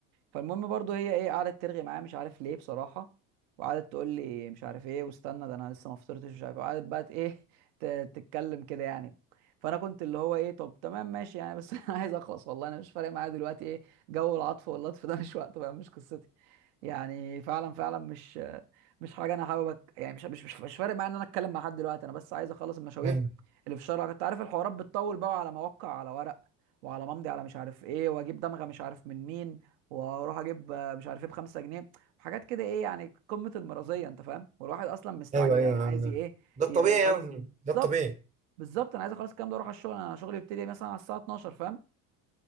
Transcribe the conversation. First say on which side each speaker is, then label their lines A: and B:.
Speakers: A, on the right; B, on the right.
A: فالمهم برضو هي ايه قعدت ترغي معايا مش عارف ليه بصراحه وقعدت تقول لي مش عارف ايه واستنى ده انا لسه ما فطرتش مش عارف ايه وقعدت بقى ت- ايه <laughs> ت- تتكلم كده يعني فانا كنت اللي هو ايه طب تمام ماشي يعني بس <laughs> انا عايز اخلص والله انا مش فارق معايا دلوقتي ايه جو العطف واللطف ده مش وقته بقى مش قصتي يعني فعلا فعلا مش مش حاجه انا حابب أك- يعني مش مش مش, مش فارق معايا ان انا اتكلم مع حد دلوقتي انا بس عايز اخلص المشاوير
B: حلو
A: اللي في الشارع كنت عارف الحوارات بتطول بقى على موقع على ورق وعلى ممضي على مش عارف ايه واجيب دمغه مش عارف من مين واروح اجيب آه، مش عارف ايه بخمسة جنيه وحاجات كده ايه يعني قمة المرضية انت فاهم والواحد اصلا مستعجل
B: ايوه ايوه
A: يعني عايز
B: أيوة.
A: ي- ايه
B: ده الطبيعي
A: ي- يخلص
B: يا ابني ده
A: بالظبط
B: الطبيعي
A: بالظبط انا عايز اخلص الكلام ده واروح على الشغل انا شغلي بيبتدي مثلا على الساعة 12 فاهم